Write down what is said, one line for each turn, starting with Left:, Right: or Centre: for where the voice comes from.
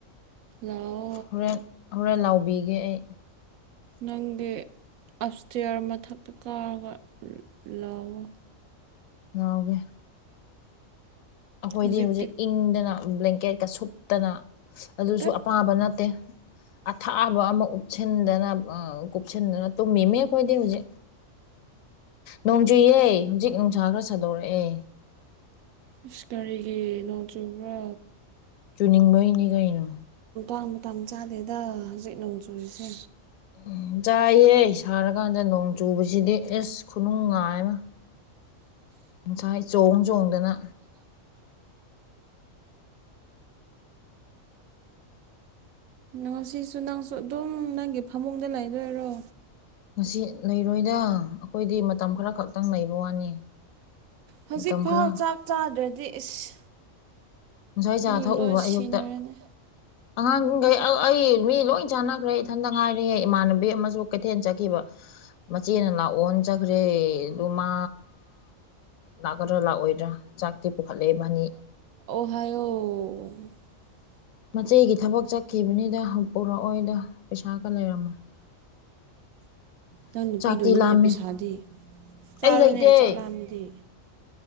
Right: ꯂꯑꯣ
Left: ꯍꯣꯔꯦꯟ ꯍꯣꯔꯦꯟ ꯂꯥꯎꯕꯤꯒꯦ ꯑꯩ
Right: ꯅꯪꯒ ꯑꯞꯁꯇꯤꯌꯥꯔ ꯃꯊꯛꯇ ꯀꯥꯔꯒ ꯂꯥꯎꯑꯣ
Left: ꯉꯎꯒꯦ ꯑꯩꯈꯣꯏꯗꯤ
Right: ꯍꯧꯖꯤꯛꯇꯤ
Left: ꯍꯧꯖꯤꯛ ꯏꯪꯗꯅ ꯕ꯭ꯂꯦꯡꯀꯦꯠꯀ ꯁꯨꯞ ꯠꯇꯅ ꯑꯗꯨꯁꯨ
Right: ꯇꯠ
Left: ꯑꯄꯥꯝꯕ ꯅꯠꯇꯦ ꯑꯊꯥꯕ ꯑꯃ ꯎꯞꯁꯤꯟꯗꯅ ꯀꯨꯞꯁꯅ ꯇ ꯃꯦꯃꯦꯦ ꯀꯣꯏꯗꯌꯖꯤꯦ ꯅꯣꯡꯖꯨꯌꯦ ꯍꯧꯖꯤꯛ ꯅꯨꯡꯁꯥ ꯈꯔ ꯁꯥꯗꯣꯔꯛꯑꯦ
Right: ꯏꯁ ꯀꯒꯥꯔꯤꯒꯤ ꯅꯣꯡ ꯆꯨꯕ꯭ꯔꯥ
Left: ꯆꯨꯅꯤꯡꯕꯩꯅꯤ ꯀꯩꯅꯣ
Right: ꯑ ꯃꯇ ꯆꯥꯗꯦꯗ ꯍꯧꯖꯤꯛ ꯅꯣꯡ ꯆꯨꯔꯤꯁꯦ
Left: ꯎꯝ ꯆꯥꯏꯌꯦꯦ ꯁꯥꯔꯀꯥꯟꯗ ꯅꯣꯡ ꯆꯨꯕꯁꯤꯗꯤ ꯑꯦꯁ ꯈꯨꯅꯨꯡ ꯉꯥꯏꯃ ꯉꯁꯥꯏ ꯆꯣꯡ ꯆꯣꯡꯗꯅ
Right: ꯉꯁꯤꯁꯨ ꯅꯪꯁꯨ ꯑꯗꯨꯝ ꯅꯪꯒꯤ ꯐꯃꯨꯡꯗ ꯂꯩꯗꯣꯏꯔꯣ
Left: ꯉꯁꯤ ꯂꯩꯔꯣꯏꯗ ꯑꯩꯈꯣꯏꯗꯤ ꯃꯇꯝ ꯈꯔ ꯈꯛꯇꯪ ꯂꯩꯕ ꯋꯥꯅꯤ
Right: ꯍꯧꯖꯤꯛꯐꯥꯎ
Left: ꯃꯇꯝ ꯈꯔ
Right: ꯆꯥꯛ ꯆꯥꯗ꯭ꯔꯗꯤ ꯏꯁ
Left: ꯎꯟꯁꯥ ꯆꯥ
Right: ꯃꯤ
Left: ꯊꯛꯎꯕ
Right: ꯂꯣꯏ
Left: ꯑꯌꯨꯛꯇ
Right: ꯁꯤꯅꯔꯅꯤ
Left: ꯑꯉꯥꯡꯈꯩ ꯑꯩ ꯃꯤ ꯂꯣꯏ ꯆꯥꯟꯅꯈ꯭ꯔꯦ ꯏꯊꯟꯇ ꯉꯥꯏꯔꯦꯦ ꯏꯃꯥꯟꯅꯕꯤ ꯑꯃꯁꯨ ꯀꯩꯊꯦꯜ ꯆꯠꯈꯤꯕ ꯃꯆꯦꯅ ꯂꯥꯛꯑꯣꯅ ꯆꯠꯈ꯭ꯔꯦ ꯑꯗꯨ ꯃꯥ ꯂꯥꯛꯀꯗ꯭ꯔꯥ ꯂꯥꯛꯑꯣꯏꯗ꯭ꯔꯥ ꯆꯥꯛꯇꯤ ꯄꯨꯈꯠꯂꯛꯏꯕꯅꯤ
Right: ꯍꯥꯏꯑꯣ
Left: ꯃꯆꯦꯒꯤ ꯊꯕꯛ ꯆꯠꯈꯤꯕꯅꯤꯗ ꯎꯔꯛꯑꯣꯏꯗ ꯄꯩꯁꯥꯒ ꯂꯩꯔꯝꯃꯣꯏ <unintelligible>
Right: ꯅꯪ ꯅꯨꯄꯤꯗꯣꯏꯅꯤꯅꯦ
Left: ꯆꯥꯛꯇꯤ ꯂꯥꯝꯃꯦ
Right: ꯄꯩꯁꯥꯗꯤ ꯆꯥꯔꯣꯅꯦ
Left: ꯑꯩ ꯂꯩꯇꯦ
Right: ꯆꯠꯂ ꯃꯗꯤ